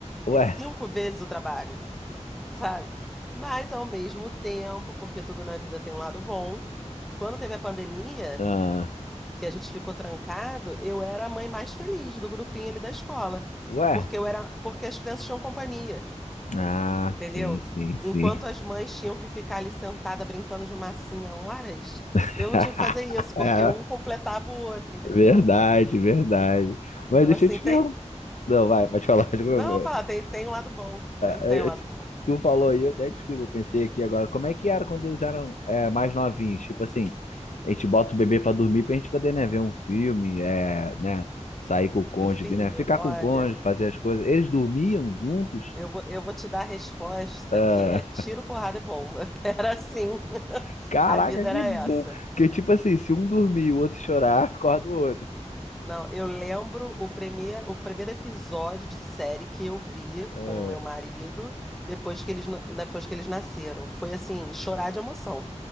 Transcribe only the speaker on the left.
Ué.
Ah,
ué?
Ah,
sim, sim, sim.
<laughs>
É,
verdade, verdade.
Mas deixa
eu te
perguntar. Não, vai, pode falar. <laughs> desculpa.
Eu-
eu
te-
Tu falou aí, eu até desculpa, eu pensei aqui agora. Como é que era quando eles eram é, mais novinhos? Tipo assim, a gente bota o bebê pra dormir pra gente poder, né, ver um filme, é, né, sair com o cônjuge,
né, ficar
com o cônjuge, fazer as coisas. Eles dormiam juntos?
Ah,
<laughs>
caraca,
que
do...
Porque, tipo assim, se um dormir e o outro chorar, <laughs> acorda o outro.
Ah,